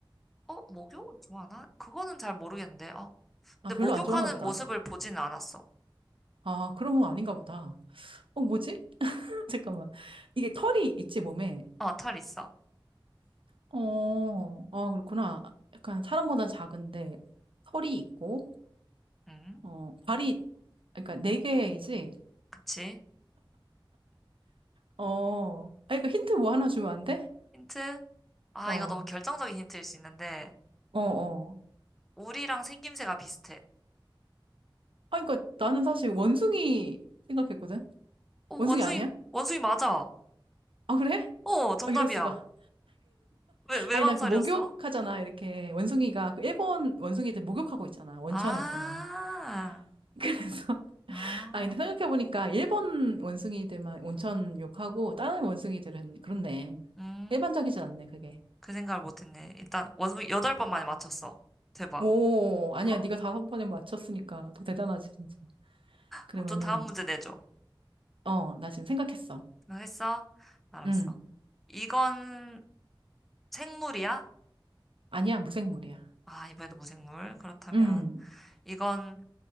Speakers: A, in the centre; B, on the right.
A: 목욕을 좋아하나? 그거는 잘 모르겠는데, 어. 근데
B: 아, 별로
A: 목욕하는
B: 안 좋아하나 보다.
A: 모습을 보진 않았어.
B: 아, 그런 건 아닌가 보다. 어, 뭐지? <laughs> 잠깐만. 이게 털이 있지, 몸에?
A: 어, 털 있어.
B: 어, 아, 그렇구나. 약간 사람보다 작은데 털이 있고,
A: 음,
B: 어, 발이, 그러니까 네 개이지?
A: 그치.
B: 어, 아, 그러니까 힌트 뭐 하나 주면 안 돼?
A: 힌트? 아,
B: 어,
A: 이거 너무 결정적인 힌트일 수 있는데,
B: 어, 어.
A: 우리랑 생김새가 비슷해.
B: 아, 그러니까 나는 사실 원숭이 생각했거든?
A: 어, 원숭이,
B: 원숭이 아니야?
A: 원숭이 맞아.
B: 아, 그래?
A: 어, 정답이야.
B: 아, 이럴 수가.
A: 왜, 왜
B: 아니,
A: 망설였어?
B: 나 그 목욕하잖아, 이렇게. 원숭이가, 그 일본 원숭이들 목욕하고 있잖아, 원천에서.
A: 아,
B: <laughs> 그래서.
A: 아,
B: 아, 근데 생각해보니까 일본 원숭이들만 온천 욕하고 다른 원숭이들은 그렇네.
A: 음,
B: 일반적이진 않네, 그게.
A: 그 생각을 못했네. 일단, 원숭이 여덟 번 만에 맞췄어. 대박.
B: 오, 아니야.
A: <laughs>
B: 네가 다섯 번에 맞췄으니까 더 대단하지, 진짜. 그러면은,
A: 그럼 또 다음 문제 내줘.
B: 어, 나 지금 생각했어.
A: 너 했어? 알았어.
B: 음
A: 이건 생물이야?
B: 아니야, 무생물이야.
A: 아, 이번에도 무생물. 그렇다면
B: 음
A: 이건